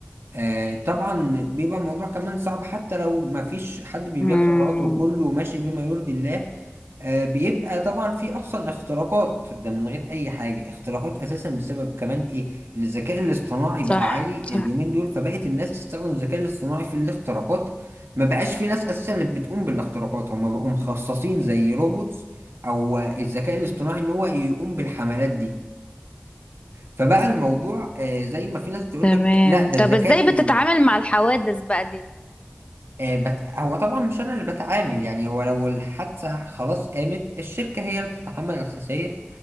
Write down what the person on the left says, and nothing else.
امم
صح
صح
تمام
طب ازاي
بتتعامل مع الحوادث بقى دي